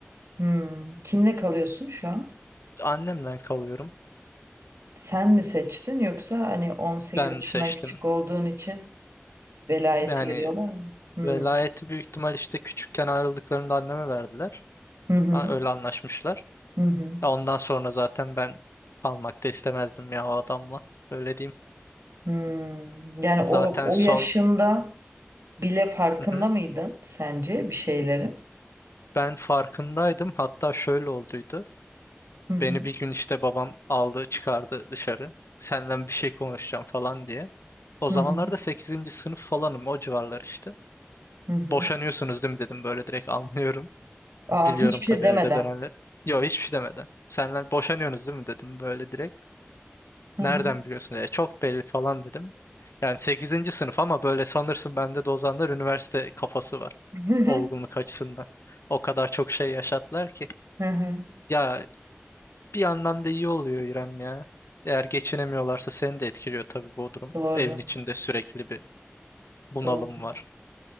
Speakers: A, on the right (about 80°); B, on the left (about 75°).
A: Hmm. Kimle kalıyorsun şu an?
B: Annemden kalıyorum.
A: Sen mi seçtin yoksa hani 18
B: Ben
A: yaşından
B: seçtim.
A: küçük olduğun için velayet
B: Yani
A: veriyorlar mı? Hmm.
B: velayeti büyük ihtimal işte küçükken ayrıldıklarında anneme verdiler.
A: Hı hı.
B: Ha, öyle anlaşmışlar.
A: Hı hı.
B: Ya ondan sonra zaten ben kalmak da istemezdim ya o adamla. Öyle diyeyim.
A: Hmm. Yani o
B: Zaten
A: o
B: son...
A: yaşında bile farkında
B: Hı hı.
A: mıydın sence bir şeylerin?
B: Ben farkındaydım. Hatta şöyle olduydu.
A: Hı hı.
B: Beni bir gün işte babam aldı çıkardı dışarı. Senden bir şey konuşacağım falan diye. O
A: Hı
B: zamanlarda
A: hı.
B: sekizinci sınıf falanım o civarlar işte.
A: Hı hı.
B: Boşanıyorsunuz değil mi dedim böyle direkt anlıyorum.
A: Aa,
B: Biliyorum
A: hiçbir şey
B: tabii
A: demeden.
B: evde dönenleri. Yok hiçbir şey demeden. Senden boşanıyorsunuz değil mi dedim böyle direkt.
A: Hı
B: Nereden
A: hı.
B: biliyorsun dedi. Çok belli falan dedim. Yani sekizinci sınıf ama böyle sanırsın bende de o zamanlar üniversite kafası var.
A: <laughs>
B: Olgunluk açısından. O kadar çok şey yaşattılar ki.
A: Hı hı.
B: Ya bir yandan da iyi oluyor İrem ya. Eğer geçinemiyorlarsa seni de etkiliyor tabii bu durum.
A: Doğru.
B: Evin içinde sürekli bir bunalım
A: Doğru.
B: var.